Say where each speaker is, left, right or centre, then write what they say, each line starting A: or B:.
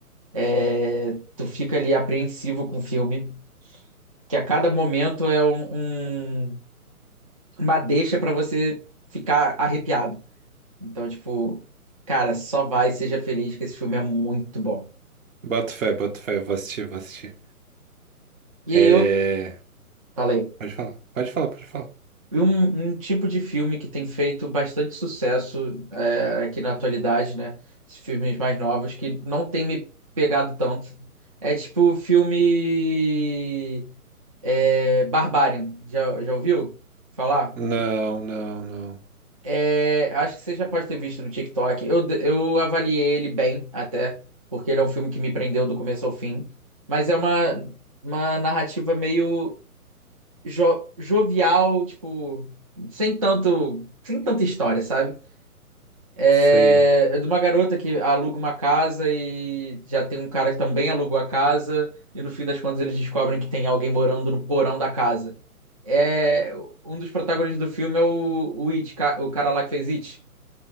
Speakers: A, on the right; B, on the right.
A: É, tu fica ali apreensivo com o filme, que a cada momento é um, um- uma deixa pra você ficar arrepiado. Então, tipo, cara, só vai, seja feliz, que esse filme é muito bom.
B: Bota fé, bota fé, eu vou assistir, vou assistir.
A: E
B: É.
A: eu falei.
B: Pode falar, pode falar, pode falar.
A: E Um, um tipo de filme que tem feito bastante sucesso é, aqui na atualidade, né? Esses filmes mais novos que não tem me pegado tanto. É tipo o filme é, Barbarian. Já, já ouviu falar?
B: Não, não, não.
A: É, acho que você já pode ter visto no TikTok. Eu, eu avaliei ele bem até, porque ele é um filme que me prendeu do começo ao fim. Mas é uma, uma narrativa meio jo- jovial, tipo, sem tanto, sem tanta história, sabe? É,
B: Sei.
A: é de uma garota que aluga uma casa e já tem um cara que também alugou a casa, e no fim das contas eles descobrem que tem alguém morando no porão da casa. É, um dos protagonistas do filme é o, o It, ca- o cara lá que fez It,